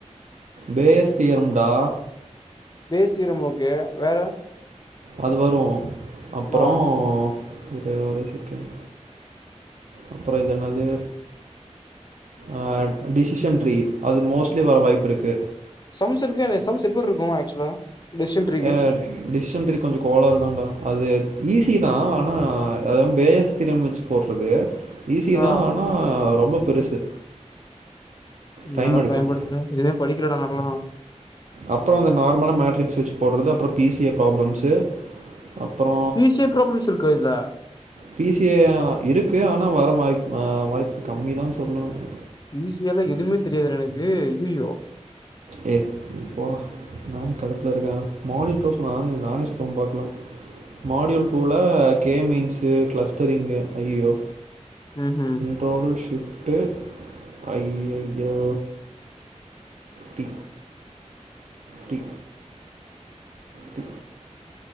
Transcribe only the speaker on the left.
பேஸ் தீரம் ஓகே வேற
ஆ
சம்ஸ் இருக்கா இந்த சம்ஸ் எப்பட்ருக்கு ஆக்சுவலா டெசிஷன் ட்ரீக்கு
ஆ
என்னடா
பயமுடுத்துற எதுமே படிக்கல டா நால்லா
பிசிஎ ப்ராப்ளம்ஸ் இருக்கா இதுல
பிசியேல எதுமே தெரியாதுடா எனக்கு ஐயய்யோ
ம் ம்